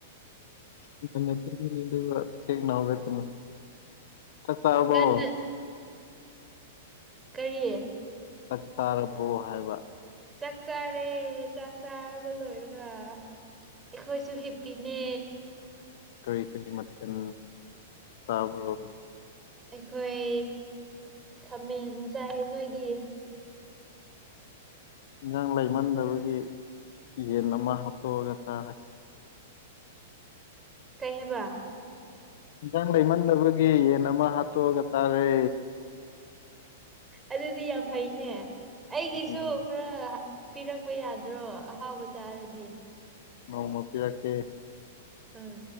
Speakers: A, on the left (about 60°); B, on the right (about 15°).
A: ꯉꯟꯅ ꯇꯨꯝꯒꯅꯤꯗꯨꯒ ꯊꯦꯡꯅ ꯍꯧꯒꯠꯀꯅꯤ ꯆꯥꯛ ꯆꯥꯔꯕꯣ
B: ꯉꯟꯅ ꯀꯔꯤ
A: ꯆꯥꯛ ꯆꯥꯔꯕꯣ ꯍꯥꯏꯕ
B: ꯆꯥꯛ ꯆꯥꯔꯦ ꯆꯥꯛ ꯆꯥꯔꯕ ꯂꯣꯏꯔꯒ ꯑꯩꯈꯣꯏꯁꯨ ꯍꯤꯞꯄꯤꯅꯦ
A: ꯀꯔꯤ ꯀꯔꯤ ꯃꯊꯦꯜ ꯆꯥꯕ꯭ꯔꯣ
B: ꯑꯩꯈꯣꯏ ꯈꯥꯃꯦꯟ ꯆꯥꯏ ꯅꯣꯏꯗꯤ
A: ꯏꯟꯖꯥꯡ ꯂꯩꯃꯟꯗꯕꯒꯤ ꯌꯦꯟ ꯑꯃ ꯍꯥꯞꯇꯣꯛꯑꯒ ꯆꯥꯔꯦ
B: ꯀꯩ ꯍꯥꯏꯕ
A: ꯏꯟꯖꯥꯡ ꯂꯩꯃꯟꯗꯕꯒꯤ ꯌꯦꯟ ꯑꯃ ꯍꯥꯠ ꯇꯣꯛꯑꯒ ꯆꯥꯔꯦ
B: ꯑꯗꯨꯗꯤ ꯌꯥꯝ ꯐꯩꯅꯦ ꯑꯩꯒꯤꯁꯨ
A: ꯎꯝ
B: ꯈꯔ ꯄꯤꯔꯛꯄ ꯌꯥꯗ꯭ꯔꯣ ꯑꯍꯥꯎꯕ ꯆꯥꯔꯗꯤ
A: ꯅꯣꯡꯃ ꯄꯤꯔꯛꯀꯦ
B: ꯎꯝ